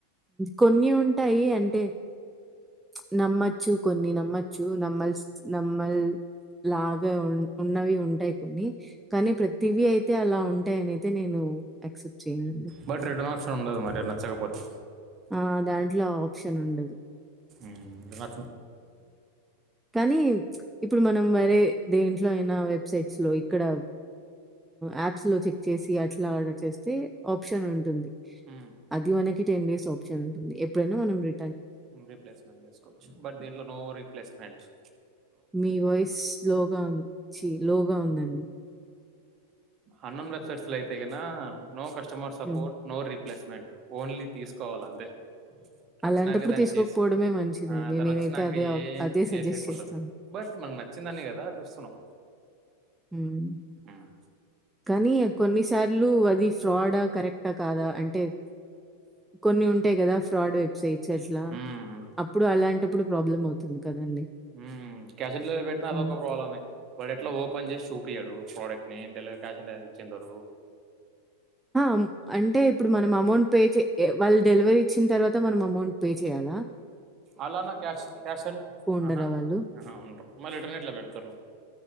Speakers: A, in the centre; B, on the right.
A: కొన్ని ఉంటాయి అంటే చూ నమ్మచ్చు కొన్ని నమ్మచ్చు నమ్మాల్స్ నమ్మల్ లాగా ఉ ఉన్నవి ఉంటాయి కొన్ని కానీ ప్రతివి అయితే అలా ఉంటాయని అయితే నేను యాక్సెప్ట్ చేయనండి.
B: బట్ రిటర్న్ ఆప్షన్ ఉండదు మరి నచ్చకపోతే
A: ఆ దాంట్లో ఆప్షన్ ఉండదు.
B: మ్ రాచు
A: కనీ ఇప్పుడు మనం వేరే దేంట్లో అయిన వెబ్సైట్స్లో ఇక్కడ యాప్స్లో చెక్ చేసి అట్లా ఆర్డర్ చేస్తే ఆప్షన్ ఉంటుంది.
B: ఆప్షన్
A: అది మనకి టెన్ డేస్ ఆప్షన్ ఉంటుంది. ఎప్పుడైన మనం రి
B: రీప్లేస్మెంట్ చేస్కోవచ్చు బట్ దీంట్లో నో రిప్లేస్మెంట్స్
A: మీ వాయిస్ స్లోగా ఉం చి లోగా ఉందండి
B: అన్నోన్ వెబ్సైట్స్లో అయితే గిన నో కస్ customer Support
A: hmm.
B: no replacement only తీసుకోవాల అంతే
A: అలాంటప్పుడు
B: వచ్చినాక దాన్ని
A: తీసుకోకపోవడమే
B: చేస్
A: మంచిదండి.
B: ఆ తనొచ్చినాక
A: నేనైతే అదే ఆప్
B: ఏం
A: అదే
B: చేసేకుండదు.
A: సజెస్ట్ చేస్తాను.
B: బట్ మనం నచ్చిందాన్నే కదా చూస్తున్నాం.
A: మ్
B: ఉమ్,
A: కాని కొన్నిసార్లు అది ఫ్రాడా కరెక్ట కాదా అంటే కొన్ని ఉంటాయి కదా ఫ్రాడ్ వెబ్సైట్ సైట్ల
B: ఉమ్,
A: అప్పుడు అలాం ఎప్పుడు ప్రాబ్లమ్ అవుతుంది. కదండీ!
B: హ్మ్ క్యాష్ ఆన్ డిలివరి పెట్టిన అదొక
A: హ్మ్.
B: ప్రాబ్లమే వాడేట్ల ఓ ఓపెన్ చేసి చూపియడు ప్రొడక్ట్ని డెలివరీ క్యాష్ అన్ డెలివరీ ఇచ్చేంత వరకు
A: ఆ అంటే ఇప్పుడు మనం అమౌంట్ పే చే వాళ్ డెలివరీ ఇచ్చిన తర్వాత మనం అమౌంట్ పే చేయ్యాలా
B: అలానా క్యాష్ క్యాష్ అం
A: ఉండరా
B: ఆహా
A: వాళ్ళు?
B: ఆ ఉండరు మళ్ళీ రిటర్న్ ఎట్ల పెడ్తరు.